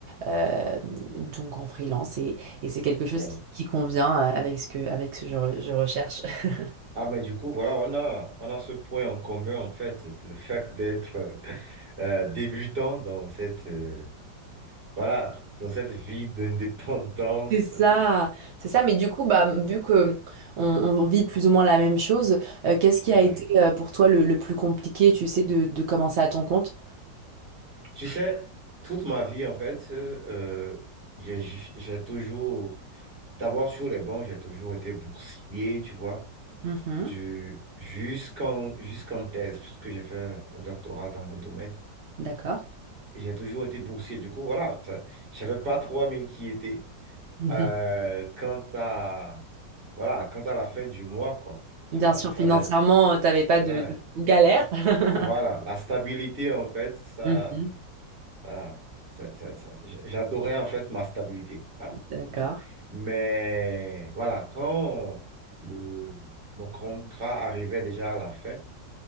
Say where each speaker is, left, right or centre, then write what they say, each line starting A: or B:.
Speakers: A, on the right (about 60°); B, on the right (about 30°).
A: euh, donc en freelance et, et c'est quelque chose
B: oui.
A: qui, qui convient euh, avec ce que, avec ce que je re- je recherche. <laughs>
B: Ah mais du coup, voilà, on a, on a ce point en commun en fait, c'est le fait d'être euh, euh, débutant dans cette, euh, voilà, dans cette vie d'indépendance.
A: C'est ça, c'est ça. Mais du coup, bah, vu que on, on vit plus ou moins la même chose, euh, qu'est-ce qui
B: Ouais.
A: a
B: ouais.
A: été euh, pour toi le, le plus compliqué, tu sais, de, de commencer à ton compte?
B: Tu sais, toute ma vie en fait, euh, j'ai j'ai toujours, d'abord sur les bancs, j'ai toujours été boursier, tu vois,
A: Mhm,
B: du, jusqu'en, jusqu'en thèse, puisque j'ai fait un un doctorat dans mon domaine.
A: d'accord.
B: Et J'ai toujours été boursier. Du coup, voilà, ça- je savais pas trop à m'inquiéter
A: <laughs>
B: euh, quant à, voilà, quant à la fin du mois, quoi. Tu
A: Mhm. Bien
B: vois,
A: sûr,
B: il fallait...
A: financièrement, tu t'avais pas de,
B: ouais.
A: de galère. <laughs>
B: Voilà, la stabilité, en fait, ça...
A: Mhm,
B: Voilà, ça- ça- ça- j- j'adorais, en fait, ma stabilité. Voilà,
A: d'accord,
B: c'est tout. Mais, voilà, quand le, mon contrat arrivait déjà à la fin,